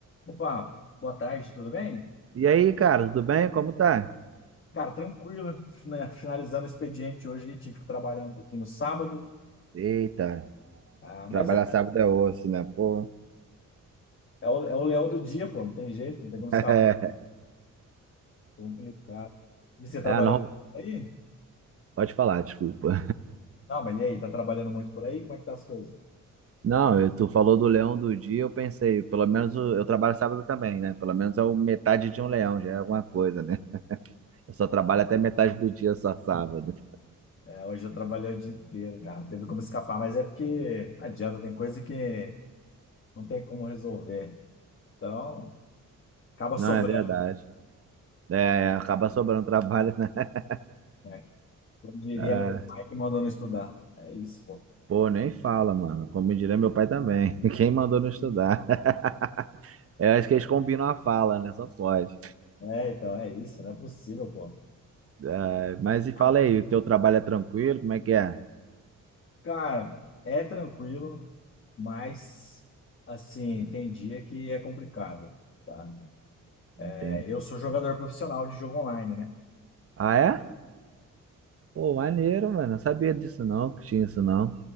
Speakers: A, on the left (about 40°); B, on the right (about 45°).
A: Opa, boa tarde, tudo bem?
B: E aí, cara, tudo bem? Como tá?
A: Cara, tranquilo, né? Finalizando o expediente hoje, tive que trabalhar um pouquinho no sábado,
B: Eita,
A: ah, mas
B: trabalhar
A: é,
B: sábado é osso, né? Pô.
A: é o, é o leão do dia, pô, não tem jeito, não tem
B: <laughs>
A: como escapar, complicado. E você trabalhando
B: É é, não,
A: por aí?
B: pode falar, desculpa.
A: Não, mas e aí, tá trabalhando muito por aí? Como é que tá as coisas?
B: Não, eu- tu falou do leão do dia, eu pensei, pelo menos o- eu trabalho sábado também, né? Pelo menos é o metade de um leão, já é alguma coisa, né? Eu só trabalho até metade do dia, só sábado.
A: É, hoje eu trabalhei o dia inteiro, cara, não teve como escapar, mas é porque não adianta, tem coisa que não tem como resolver, então acaba
B: Não,
A: sobrando,
B: é verdade. É, acaba sobrando trabalho, né? <laughs>
A: né? Como diria
B: Ah,
A: meu pai que mandou não estudar, é isso, pô.
B: pô, nem fala, mano. Como diria meu pai também. <laughs> Quem mandou não estudar? <laughs> Eu acho que eles combinam a fala, né? Só pode.
A: É, então, é isso, não é possível, pô.
B: Ah, mas e fala
A: Ah,
B: aí, o teu trabalho é tranquilo? Como é que é?
A: Cara, é tranquilo, mas, assim, tem dia que é complicado, tá? É,
B: Entendi.
A: eu sou jogador profissional de jogo online, né?
B: Ah, é? Pô, maneiro, mano. Não sabia disso não, que tinha isso não.